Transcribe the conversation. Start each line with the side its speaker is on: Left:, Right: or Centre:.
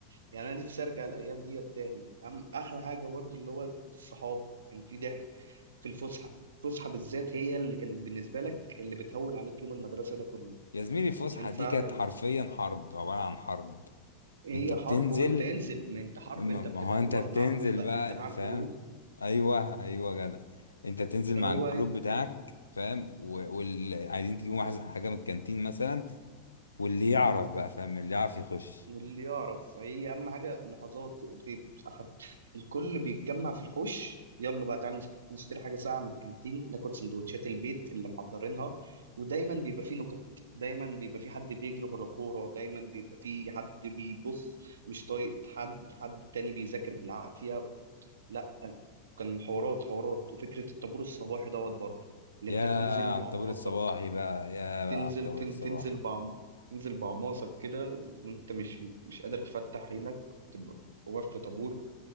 Right: يعني انا نفسي ارجع الايام ديت تاني أم احلى حاجه برضو اللي هو الصحاب كان في ضحك في الفسحه الفسحه بالذات هي اللي كانت بالنسبه لك اللي بتهون عليك يوم المدرسه ده كله
Left: يا زميلي الفسحه
Right: عشان فعلا
Left: دي كانت حرفيا حرب عباره عن حرب
Right: هي
Left: انت بتنزل
Right: حرب وانت انزل ما انت حرب
Left: ما
Right: انت
Left: ما
Right: بتبقى
Left: هو
Right: كل
Left: انت بتنزل
Right: واحد معاه جروب بقى
Left: بقى
Right: انت معاك
Left: فاهم
Right: جروب
Left: ايوه ايوه جدع انت بتنزل مع
Right: هو
Left: الجروب بتاعك فاهم و- واللي عايزين تجيبوا محز- حاجه من الكانتين مثلا واللي يعرف بقى فاهم اللي يعرف يخش
Right: واللي يعرف هي اهم حاجه لحظات بت- أخ- الكل بيتجمع في الحوش يلا بقى تعالى نشت- نشتري حاجه ساعه من الكانتين ناكل سندوتشات البيت اللي محضرينها ودايما بيبقى فيه نكت دايما بيبقى فيه حد بيجري ورا كوره دايما بيبقى فيه حد بيبص مش طايق حد حد تاني بيذاكر بالعافيه لا كان حوارات حوارات وفكره الطابور الصباحي دوت برضه اللي
Left: يا
Right: انت تنزل
Left: على
Right: بعماصك
Left: الطابور الصباحي بقى يا بقى
Right: تنزل
Left: على الطابور
Right: تن
Left: الصباحي
Right: تنزل بعم تنزل بعماصك كده وانت مش مش قادر تفتح عينك تبقى واقف في طابور